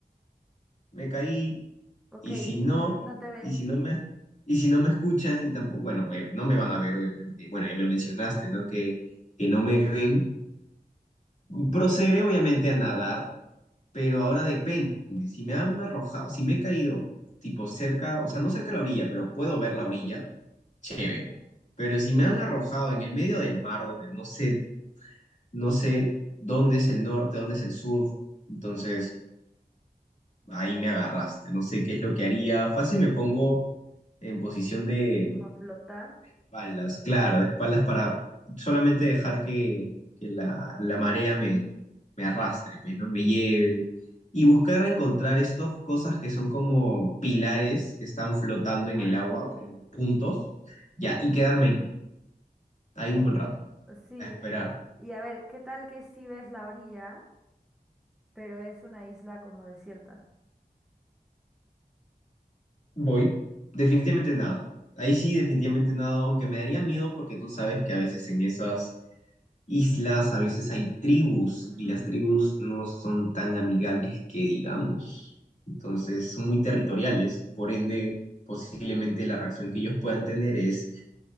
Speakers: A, on the left (about 45°); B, in the centre.
A: me caí,
B: Ok,
A: Y si no,
B: no te ven
A: y si no me, y si no me escuchan y tampoco, bueno, me- no me van a ver, obviamente, porque, bueno, ya me lo mencionaste, ¿no? Que, que no me ven. Procederé, obviamente, a nadar, pero ahora depende. Si me han arrojado, si me he caído, tipo cerca, o sea, no cerca de la orilla, pero puedo ver la orilla, chévere. Pero si me han arrojado en el medio del mar, donde no sé, no sé dónde es el norte, dónde es el sur, entonces ahí me agarraste. No sé qué es lo que haría. Fácil me pongo en posición de
B: como flotar.
A: Espaldas, claro, de espaldas para solamente dejar que, que la, la marea me, me arrastre, pues, ¿no? Me lleve. Y buscar encontrar estas cosas que son como pilares que están flotando en
B: Ah,
A: el agua,
B: sí,
A: como puntos, ya, y quedarme ahí
B: como,
A: un buen rato,
B: sí.
A: a esperar.
B: Y a ver, ¿qué tal que sí ves la orilla, pero es una isla como desierta?
A: Voy. Definitivamente nado. Ahí sí, definitivamente nado, aunque me daría miedo porque tú sabes que a veces en esas islas, a veces hay tribus
B: Ujú.
A: y las tribus no son tan amigables que digamos. Entonces son muy territoriales, por ende posiblemente la reacción que ellos puedan tener es,